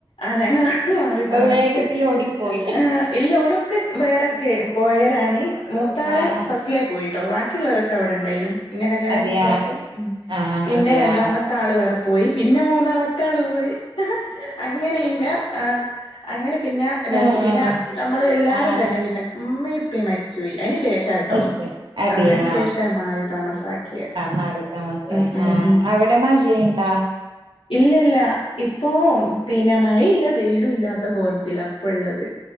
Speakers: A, on the left (about 75°); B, on the right (about 55°).
A: ആനങ്ങ മാറി താമസിച്ച്
B: വേഗത്തിൽ ഓടിപ്പോയി
A: ആ ഇല്ല ഓലൊക്കെ വേറെക്കെ പോയി പേരാണി മൂത്താള്
B: ആഹ് ആഹ്
A: ഫസ്റ്റിലെ പോയി ട്ടോ. ബാക്കിയുള്ളവരൊക്കെ അവിടെണ്ടയ്നും. പിന്നെ കല്യാണാഴ്ച
B: അതെയാ
A: പോയപ്പോ ഉം
B: ആഹ്
A: പിന്നെ
B: അതെയാ
A: രണ്ടാമത്താള് വേറ പോയി പിന്നെ മൂന്നാമത്താള് പോയി അങ്ങനെയില്ല അങ്ങനെ പിന്നെ ലാസ്റ്റ്
B: ആഹ്
A: പിന്നെ നമ്മള് എല്ലാരും
B: ആഹ്
A: തന്നെ പിന്നെ ഉമ്മ പി മരിച്ചുപയി അതിനന് ശേഷംട്ടോ
B: മനസ്സിലായി അതെയാ
A: ആ അതിനന് ശേഷാ മാറി താമസാക്കിയത്
B: മാറി താമസായി
A: ഉ
B: ആഹ്
A: ഉ
B: ആ അവിടെ മാശയുണ്ടാ
A: ഇല്ല ഇല്ല ഇപ്പോൊ പിന്നെ മഴ ഇല്ല വെയിലും ഇല്ലാത്ത കോലത്തി അപ്പോള്ളത്